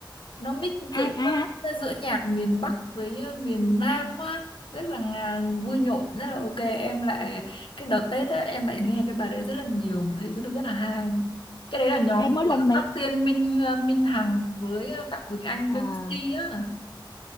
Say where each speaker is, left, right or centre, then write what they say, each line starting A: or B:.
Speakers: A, on the left; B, on the left.
A: nó mix giữa
B: ai ai hát
A: nó giữa nhạc miền Bắc với ờ, miền Nam á rất là ngà- vui nhộn rất là ok em lại cái đợt Tết á em lại nghe cái bài đấy rất là nhiều mà thấy rất là rất là hay cái đấy là nhóm
B: em mỗi
A: của
B: lần mấy
A: Tóc Tiên Minh ờ, Minh Hằng với ờ, Phạm Quỳnh Anh
B: à,
A: với Missy á